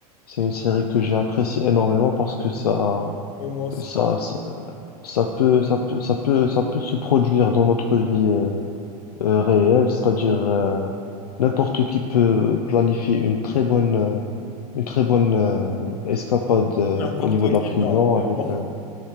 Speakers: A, on the left (about 85°); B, on the left (about 70°).
A: C'est une série que j'ai appréciée énormément parce que ça,
B: Ouais, moi aussi.
A: ça, ça, ça peut, ça peut, ça peut, ça peut se produire dans notre vie euh, euh, réelle, c'est-à-dire euh, n'importe qui peut planifier une très bonne, euh, une très bonne euh, escapade euh,
B: N'importe
A: au niveau de
B: qui,
A: la prison
B: non. mais
A: avec
B: bon.
A: euh,